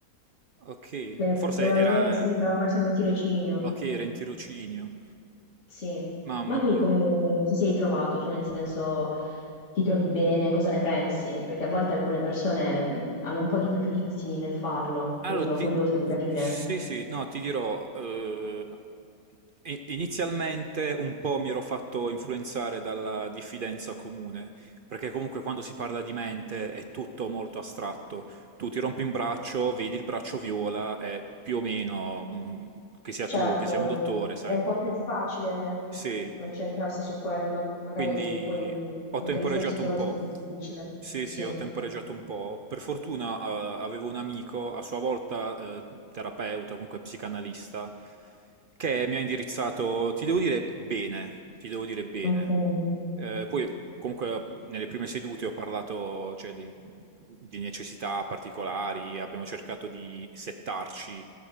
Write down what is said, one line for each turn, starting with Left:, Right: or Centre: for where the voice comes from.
Right: Ok,
Left: Beh,
Right: forse
Left: probabilmente
Right: era...
Left: sì, stava facendo tirocinio,
Right: Ok, era in tirocinio.
Left: sì.
Right: Mamma
Left: Ma tu
Right: mia.
Left: come ti sei trovato? Cioè, nel senso, ti trovi bene? Cosa ne pensi? Perché a volte alcune persone mh, hanno un po' di pregiudizi nel farlo,
Right: Allora,
Left: quindi sono
Right: ti...
Left: curiosa di capire.
Right: sì, sì, no, ti dirò, eh, i- inizialmente un po' mi ero fatto influenzare dalla diffidenza comune, perché comunque quando si parla di mente è tutto molto astratto. Tu ti rompi un braccio, vedi il braccio viola, e più o meno, mm, che sia
Left: Certo,
Right: tu o che sia un dottore, sai,
Left: è un po' più facile
Right: sì.
Left: concentrarsi su quello, magari
Right: Quindi
Left: poi dal
Right: ho
Left: punto
Right: temporeggiato
Left: di vista psicologico
Right: un po'.
Left: è più difficile.
Right: Sì,
Left: Sì.
Right: sì, ho temporeggiato un po'. Per fortuna, eh, avevo un amico, a sua volta, eh, terapeuta, comunque psicanalista, che mi ha indirizzato, ti devo dire bene, ti devo dire bene.
Left: Ok.
Right: Eh, poi, comunque, nelle prime sedute ho parlato, cioè, dei- di necessità particolari, abbiamo cercato di settarci